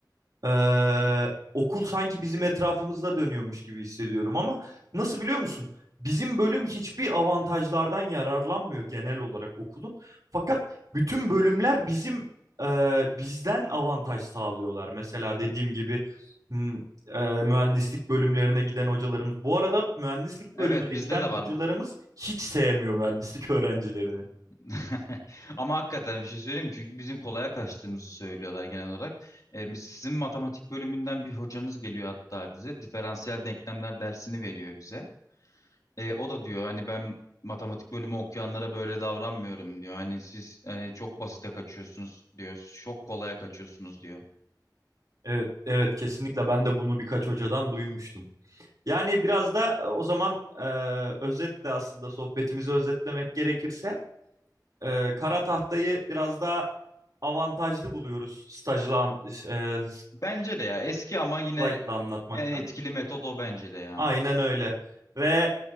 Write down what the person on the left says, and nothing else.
Evet
bizde
de
var.
<laughs> Ama hakikaten bir şey söyleyeyim mi? Çünkü bizim kolaya kaçtığımızı söylüyorlar genel olarak. E, biz, sizin matematik bölümünden bir hocanız geliyor hatta bize. Diferansiyel denklemler dersini veriyor bize. E, o da diyor hani ben matematik bölümü okuyanlara böyle davranmıyorum diyor. Hani siz hani çok basite kaçıyorsunuz diyor. Çok kolaya kaçıyorsunuz diyor.
Bence de ya eski ama yine
en etkili metot o bence de ya.